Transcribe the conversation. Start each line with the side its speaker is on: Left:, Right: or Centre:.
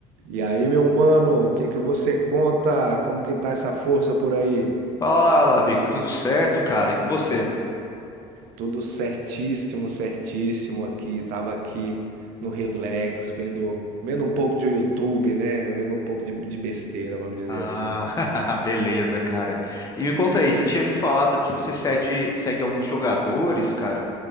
Right: E aí, meu mano, o que que você conta? Como que tá essa força por aí?
Left: Fala, Victor, tudo certo, cara? E com você?
Right: Tudo certíssimo, certíssimo aqui. Tava aqui no relax, vendo, vendo um pouco de YouTube, né? Vendo um pouco de, de besteira, vamos dizer
Left: Ah,
Right: assim.
Left: <laughs> beleza, cara. E me conta aí, você tinha me falado que você segue, segue alguns jogadores, cara,